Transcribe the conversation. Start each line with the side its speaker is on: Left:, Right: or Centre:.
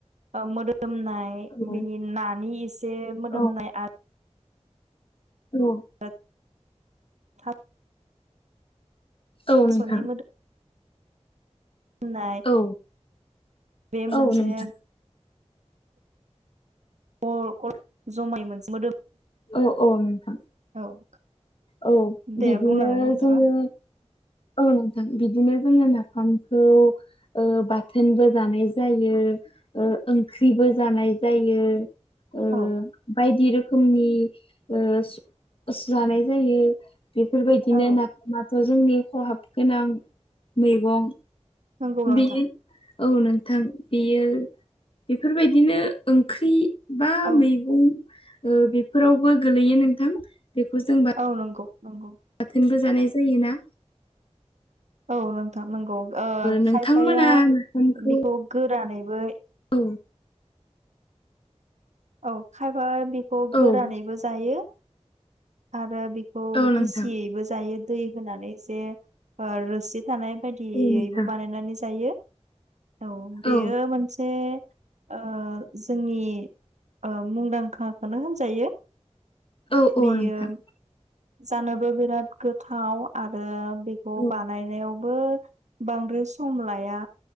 Right: ओ मोदोमनाय
Left: औ
Right: बिनि नानि एसे मोदोमनाय
Left: औ
Right: आरो
Left: औ
Right: <unintelligible>
Left: औ
Right: थास'नि
Left: नोंथां।
Right: होननाय
Left: औ
Right: बे
Left: औ
Right: मोनसे
Left: नोंथां
Right: <unintelligible> मोदोम
Left: औ औ नोंथां।
Right: औ
Left: औ
Right: दे
Left: बिदिनो
Right: बुंलांनो नोंथाङा
Left: जोङो औ नोंथां बिदिनो जोङो नाफामखौ ओ बाथोनबो जानाय जायो। ओ ओंख्रिबो जानाय जायो। ओ
Right: औ
Left: बायदि रोखोमनि ओ जानाय जायो। बेफोरबायदिनो
Right: औ
Left: नाफामाथ' जोंनि खहाब गोनां मैगं।
Right: नंगौ नोंथां
Left: बेयो औ नोंथां बेयो बेफोरबायदिनो ओंख्रि बा
Right: औ
Left: मैगं ओ बेफोरावबो गोलैयो नोंथां बेखौ जों बा
Right: औ नंगौ नंगौ।
Left: बाथोनबो जानाय जायोना
Right: औ नोंथां नंगौ ओ
Left: नोंथांमोना
Right: खायफाया
Left: नाफामखौ
Right: बेखौ गोरानैबो
Left: औ
Right: औ खायफा बेखौ गोरानैबो
Left: औ
Right: जायो आरो बेखौ
Left: औ नोंथां
Right: गिसियैबो जायो दै होनानै जे ओ रोसि थानाय बायदियैबो
Left: औ नोंथां
Right: बानायनानै जायो औ बेयो
Left: औ
Right: मोनसे ओ जोंनि ओ मुंदांखाखोनो होनजायो
Left: औ औ
Right: बेयो
Left: नोंथां
Right: जानोबो बिराद गोथाव आरो बे खौ
Left: औ
Right: बानायनायावबो बांद्राय सम लाया